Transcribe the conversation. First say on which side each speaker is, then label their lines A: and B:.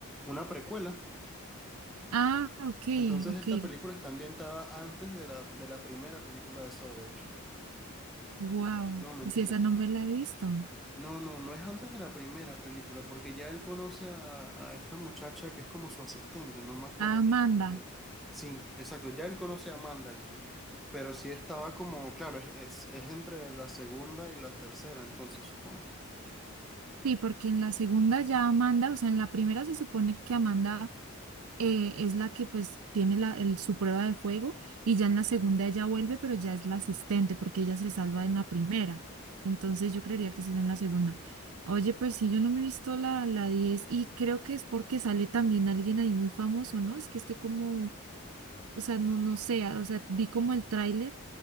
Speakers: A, in the centre; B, on the right (about 75°).
A: Una precuela.
B: Ah, ok,
A: Entonces
B: ok.
A: esta película está ambientada antes de la, de la primera película de Saw, de hecho.
B: Wow.
A: No, mentira.
B: Sí, esa no me la he visto.
A: No, no, no es antes de la primera película, porque ya él conoce a, a esta muchacha que es como su asistente, no me acuerdo.
B: Ah, Amanda.
A: cómo se llama ella. Sí, exacto, ya él conoce a Amanda aquí, pero sí estaba como, claro, es, es, es entre la segunda y la tercera, entonces supongo.
B: Sí, porque en la segunda ya Amanda, o sea, en la primera se supone que Amanda eh, es la que pues tiene la, el- su prueba de fuego y ya en la segunda ella vuelve, pero ya es la asistente porque ella se salva en la primera. Entonces yo creería que sí es en la segunda. Oye, pues sí, yo no me he visto la, la diez y creo que es porque sale también alguien ahí muy famoso, ¿no? Es que esté como, o sea, no, no sé, o sea, vi como el tráiler